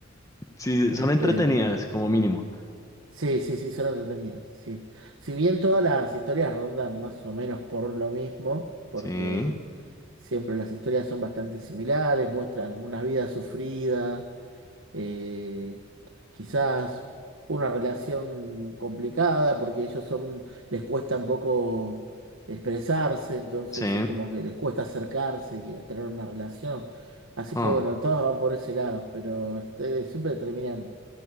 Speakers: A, on the left (about 15°); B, on the right (about 70°).
A: Sí,
B: Este,
A: son entretenidas como mínimo.
B: sí, sí, sí, son entretenidas, sí. Si bien todas las historias rondan más o menos por lo mismo, porque
A: Sí,
B: siempre las historias son bastante similares, muestran una vida sufrida, eh, quizás una relación complicada porque ellos son, les cuesta un poco expresarse, entonces
A: sí.
B: es como que les cuesta acercarse y a tener una relación. Así
A: huh.
B: que bueno, todos van por ese lado, pero este, siempre terminan,